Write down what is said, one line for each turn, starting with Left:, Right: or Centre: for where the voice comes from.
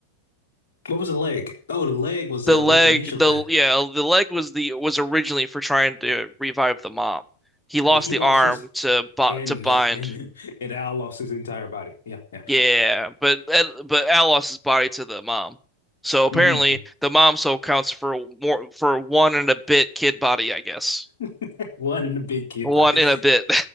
Left: what was the leg? Oh, the leg was
Centre: The
Left: the ori-
Centre: leg,
Left: initial
Centre: the
Left: thing.
Centre: yeah, the leg was the was originally for trying to revive the mom. He lost
Left: And He
Centre: the
Left: lost
Centre: arm
Left: his
Centre: to bo
Left: and
Centre: to bind.
Left: and and Al lost his entire body. Yeah, yeah.
Centre: Yeah, but but Al lost his body to the mom. So apparently
Left: Mhm.
Centre: the mom soul counts for more for one and a bit kid body, I guess.
Left: <laughs> One in the big kid
Centre: One
Left: body.
Centre: and a bit.